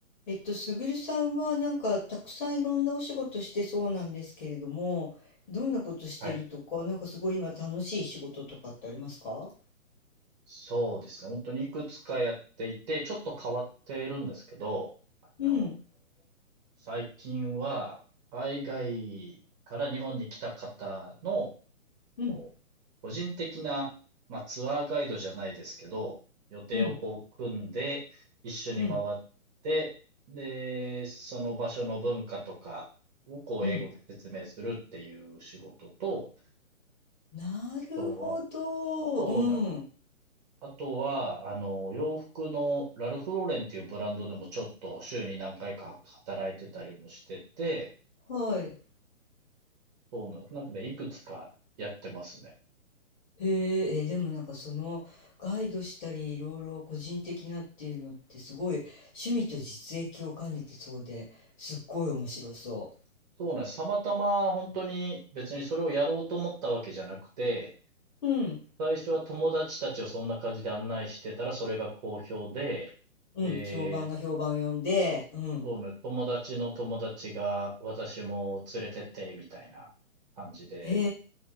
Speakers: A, on the left; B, on the right.
A: えっと、すぐるさんはなんかたくさんいろんなお仕事してそうなんですけれども、どんなことしてるとか、
B: はい。
A: なんかすごい今楽しい仕事とかってありますか
B: そうですね。本当にいくつかやっていて、ちょっと変わっているんですけど、あの、
A: うん、
B: 最近は、海外から日本に来た方の、こう、
A: うん、
B: 個人的な、まあ、ツアーガイドじゃないですけど、予定をこう組んで、
A: うん、
B: 一緒に回って、
A: うん、
B: で、その場所の文化とかをこう英語で説明するっていう仕事と、
A: うん。
B: あ
A: なるほど。
B: とは、そうなんです。
A: うん。
B: あとは、あの、洋服のラルフローレンっていうブランドでもちょっと週に何回か働いてたりもしてて、
A: はい。
B: そうなんです。なんかね、いくつかやってますね。
A: へえ、え、でもなんかそのガイドしたりいろいろ個人的なっていうのってすごい趣味と実益を兼ねてそうですっごい面白そ
B: そうなんです。たまたま本当に別にそれをやろうと思ったわけじゃなくて、
A: う。うん、
B: 最初は友達たちをそんな感じで案内してたらそれが好評で、
A: うん、
B: で、
A: 評判が評判を呼んで、うん。
B: そうね、友達の友達が私も連れてって、みたいな感じで、
A: へ